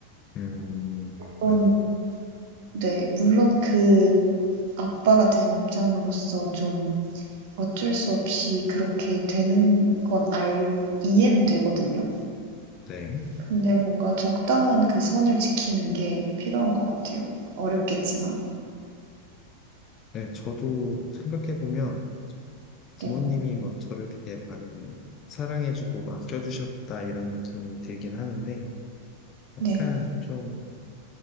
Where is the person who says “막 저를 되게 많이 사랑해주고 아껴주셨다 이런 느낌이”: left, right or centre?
Left